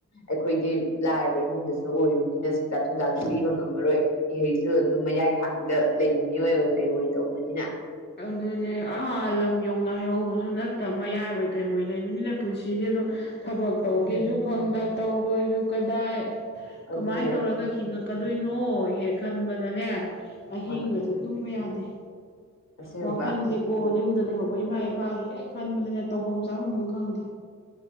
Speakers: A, on the left; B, on the left.
A: ꯑꯩꯈꯣꯏꯗꯤ ꯂꯥꯏꯔꯕ ꯏꯃꯨꯡꯗꯁꯨ ꯑꯣꯏꯔꯨꯅꯤꯅ ꯁꯦꯟꯖꯥ ꯊꯨꯝꯖꯥꯗ ꯄꯤꯕ ꯉꯝꯃꯔꯣꯏ ꯏꯍꯩꯁꯨ ꯑꯗꯨꯝ ꯃꯌꯥꯏ ꯊꯥꯛꯇꯨꯗ ꯂꯩꯕ ꯃꯤꯑꯣꯏ ꯑꯣꯏ ꯀꯩꯅ ꯑꯣꯏ ꯇꯧꯕꯅꯤꯅ
B: ꯑꯗꯨꯅꯦ ꯑꯥ ꯂꯝ ꯌꯧꯅ ꯍꯩꯍꯧꯕꯁꯨ ꯅꯠꯇꯕ ꯃꯌꯥꯏ ꯑꯣꯏꯏ ꯀꯩ ꯑꯣꯏꯣꯏ ꯂꯩꯕꯅꯤꯅ ꯄꯨꯟꯁꯤꯁꯦ ꯑꯗꯝ ꯊꯕꯛ
A: ꯑꯗꯨꯅꯦ
B: ꯇꯧꯒꯦꯁꯨ ꯐꯪꯗ ꯇꯧꯔꯣꯏꯁꯨ ꯀꯗꯥꯏ
A: ꯑꯗꯨꯅꯦ
B: ꯀꯃꯥꯏꯅ ꯇꯧꯔꯒ ꯍꯤꯡꯉꯛ ꯀꯛꯀꯗꯣꯏꯅꯣ ꯍꯦꯛ ꯈꯟꯕꯗꯅꯦ ꯑꯍꯤꯡꯕꯁꯦ
A: ꯃꯇꯝ
B: ꯇꯨꯝꯕ ꯌꯥꯗꯦ
A: ꯑꯁꯦꯡꯕ
B: ꯋꯥꯈꯟꯁꯦ ꯀꯣꯗ ꯌꯨꯝꯗ ꯂꯩꯍꯧꯕ ꯏꯃꯥ ꯏꯄꯥꯒꯤ ꯍꯦꯛ ꯈꯟꯕꯅꯤꯅ ꯇꯧꯐꯝ ꯆꯥꯐꯝ ꯑꯃ ꯈꯪꯗꯦ